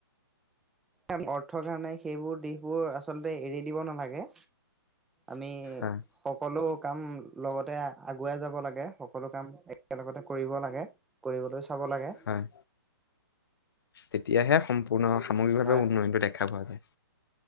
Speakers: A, in the centre; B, on the left.
A: আমি অৰ্থৰ কাৰণে সেইবোৰ দিশবোৰ আচলতে এৰি দিব নালাগে। আমি
B: হয়
A: সকলো কাম লগতে আগুৱাই যাব লাগে। সকলো কাম এক একে লগতে কৰিব লাগে কৰিবলৈ। চাব লাগে।
B: হয় তেতিয়াহে সম্প পূৰ্ণ সামগ্ৰিকভাৱেও
A: হয়
B: উন্নয়নটো
A: হয়
B: দেখা পোৱা যায়।